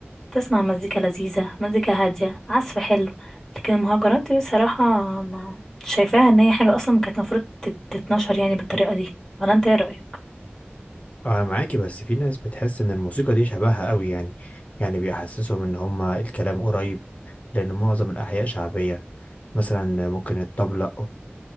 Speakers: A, in the centre; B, on the left.
A: تسمع مزيكا لذيذة مزيكا هادية عزف حلو لكن المهرجانات دي بصراحة ما شايفاها إن هي حاجة أصلا كانت المفروض تت- تتنشر يعني بالطريقة دي ولا أنت إيه رأيك؟
B: انا معاكي بس في ناس بتحس ان الموسيقى دي شبهها قوي يعني يعني بيحسسهم ان هما الكلام قريب لان معظم الاحياء شعبية مثلا ممكن الطبلة